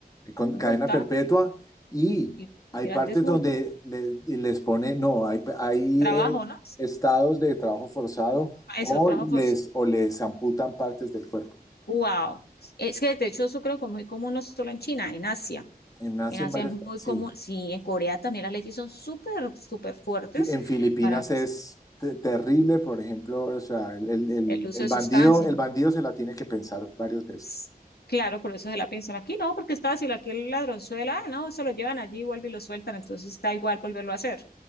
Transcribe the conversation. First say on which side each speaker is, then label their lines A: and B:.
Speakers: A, on the left; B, on the left.
A: con
B: multa,
A: cadena perpetua y
B: y,
A: hay
B: y grandes
A: partes
B: multas,
A: donde le- les pone, no, hay, hay
B: trabajo,
A: eh,
B: ¿no?
A: estados de trabajo forzado o
B: Eso, trabajo
A: les,
B: por,
A: o les amputan partes del cuerpo.
B: wow, es que de hecho eso creo que es muy común no solo en China, en Asia,
A: En Asia,
B: en Asia
A: en varias,
B: es muy
A: sí.
B: común, sí, en Corea también las leyes son súper, súper fuertes
A: Fi- En Filipinas
B: para el
A: es te- terrible, por ejemplo, o sea, el, el- el-
B: el uso
A: el
B: de
A: bandido,
B: sustancias,
A: el bandido se la tiene que pensar varias veces.
B: S- Claro, por eso se la piensan aquí, no, porque es fácil, aquí el ladronzuela, ah, no, se lo llevan allí, vuelve y lo sueltan, entonces da igual volverlo a hacer.